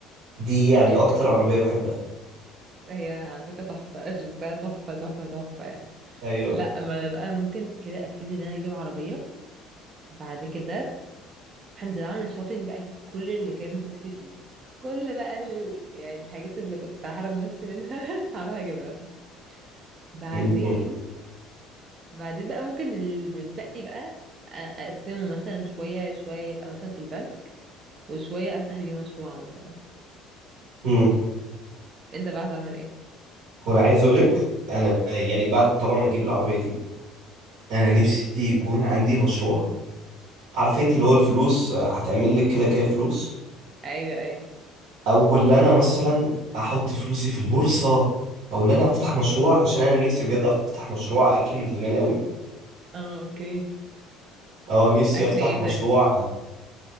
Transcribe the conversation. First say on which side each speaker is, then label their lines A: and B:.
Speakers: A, on the right; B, on the right.
A: دي يعني اكتر عربيه بحبها
B: هي على فكره تحفه شفتها تحفه تحفه تحفه يعني
A: ايوه
B: لا ما انا بقى ممكن كده ابتدي ان انا اجيب عربيه بعد كده هنزل اعمل شوبينج بقى اجيب كل اللي كان نفسي فيه كل بقى ال... يعني الحاجات اللي كنت هحرم نفسي منها <laughs> هروح اجيبها بعدين
A: مم.
B: بعدين بقى ممكن اللي بتبقي بقى أ- اقسمه مثلا شوية شوية يبقى مثلا في البنك وشوية افتح بيه مشروع مثلا
A: مم.
B: انت بقى هتعمل ايه
A: وانا عايز اقولك انا يعني بعد طبعا ما اجيب العربيه دي انا نفسي يكون عندي مشروع عارفه انت اللي هو الفلوس آه، هتعمل لك كده كده فلوس
B: ايوه ايوه
A: او اللي انا مثلا احط فلوسي في البورصه او اللي انا افتح مشروع عشان انا نفسي بجد افتح مشروع اكل من زمان قوي
B: اه اوكي
A: اه نفسي
B: اكل
A: افتح
B: ايه
A: مشروع
B: طيب